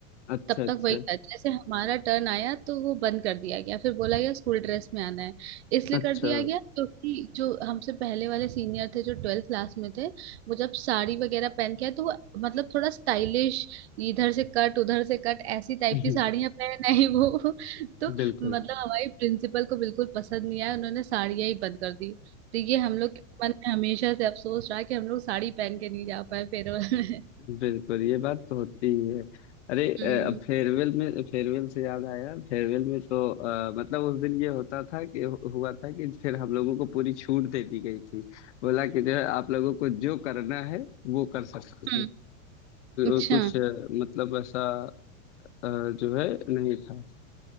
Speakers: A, on the left; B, on the right.
A: अच्छा
B: तब
A: अच्छा
B: तक वही था जैसे हमारा टर्न आया तो वो बंद कर दिया गया फिर बोला गया स्कूल ड्रेस में आना है इसलिए
A: अच्छा
B: कर दिया गया क्योंकि जो हमसे पहले वाले सीनियर थे जो ट्वेल्थ क्लास में थे वो जब साड़ी वगैरह पहन के आए तो वो मतलब थोड़ा स्टाइलिश इधर से कट उधर से कट ऐसी टाइप
A: <laughs>
B: की साड़ियां पहन आई वो <laughs> तो
A: बिल्कुल
B: मतलब हमारी प्रिंसिपल को बिल्कुल पसंद नहीं आया उन्होंने साड़ियां ही बंद कर दी तो ये हम लोग के मन में हमेशा से अफसोस रहा कि हम लोग साड़ी पहन के नहीं जा पाए फेयरवेल में
A: बिल्कुल ये बात तो होती ही है अरे अ,
B: हम्म
A: अब फेयरवेल में फेयरवेल से याद आया फेयरवेल में तो अ, मतलब उस दिन ये होता था कि हुआ था कि फिर हम लोगों को पूरी छूट दे दी गई थी बोला कि जो है आप लोगों को जो करना है वो कर सकते
B: हम्म,
A: हो
B: अच्छा
A: अ, कुछ अ, मतलब ऐसा अ, जो है नहीं था